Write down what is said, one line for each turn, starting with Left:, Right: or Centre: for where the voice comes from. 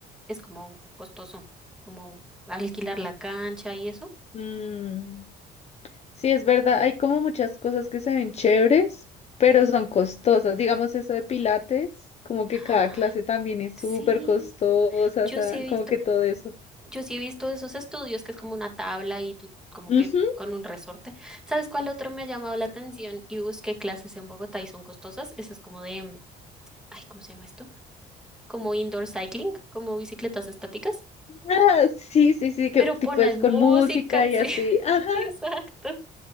Centre: es como costoso, como alquilar la cancha y eso.
Left: Mm. Sí, es verdad, hay como muchas cosas que se ven chéveres, pero son costosas. Digamos eso de Pilates, como que
Centre: ¡Ah!
Left: cada clase también es
Centre: Sí,
Left: súper costosa,
Centre: yo
Left: o sea,
Centre: sí he visto,
Left: como que todo eso.
Centre: yo sí he visto esos estudios que es como una tabla y tú como
Left: Ujú.
Centre: que con un resorte. ¿Sabes cuál otro me ha llamado la atención? Y busqué clases en Bogotá y son costosas. Esas como de, mm, ay, ¿cómo se llama esto? como indoor cycling, como bicicletas estáticas,
Left: Ah, sí, sí, sí, que
Centre: pero
Left: tipo
Centre: ponen
Left: es con
Centre: música,
Left: música y
Centre: sí,
Left: así.
Centre: <laughs>
Left: Ajá,
Centre: exacto,